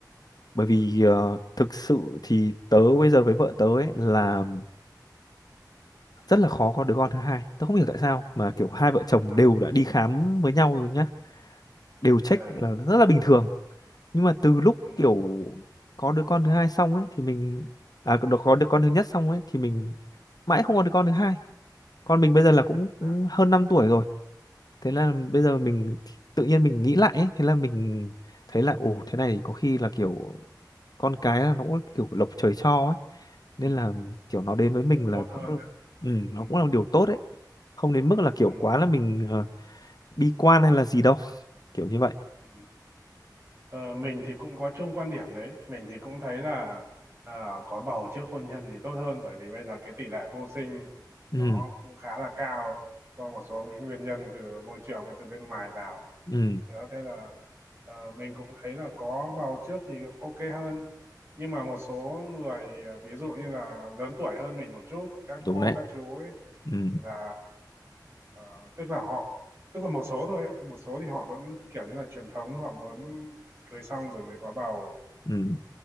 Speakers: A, on the left; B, on the right.
A: bởi vì ờ, thực sự thì tớ bây giờ với vợ tớ ấy là rất là khó có đứa con thứ hai tớ không hiểu tại sao mà kiểu hai vợ chồng
B: à
A: đều đã đi khám với nhau rồi nhá đều check
B: ờ
A: là rất là bình thường nhưng mà từ lúc
B: ừ
A: kiểu có đứa con thứ hai xong ấy thì mình à có có đứa con thứ nhất xong ấy thì mình mãi không có đứa con thứ hai con mình bây giờ là cũng
B: à
A: cũng hơn 5 tuổi rồi thế là bây giờ mình tự nhiên mình nghĩ lại ấy. thế là mình thấy là ồ thế này có khi là kiểu con cái là nó cũng kiểu lộc trời cho ấy nên là kiểu nó đến với mình là
B: tốt hơn
A: cũng được
B: ha
A: ừ, nó
B: ừ
A: cũng là một điều tốt đấy không đến mức là kiểu
B: ừ
A: quá là mình ờ, bi quan hay là gì đâu kiểu như vậy
B: ừ Ờ, mình thì cũng có chung quan điểm đấy mình thì cũng thấy là ờ, có bầu trước hôn nhân thì tốt hơn bởi vì bây giờ cái tỷ lệ vô sinh
A: ừ
B: nó cũng khá là cao do một số những nguyên nhân từ môi trường hay từ bên ngoài vào
A: ừ
B: nữa thế là ờ, mình cũng thấy là có bầu trước thì ok hơn nhưng mà một số người ờ, ví dụ như là lớn tuổi hơn mình một chút các cô
A: đúng đấy
B: các chú ấy
A: ừ
B: thì là ờ, tức là họ tức là một số thôi ấy. một số thì họ vẫn kiểu như là truyền thống họ muốn cưới xong rồi mới có bầu
A: ừ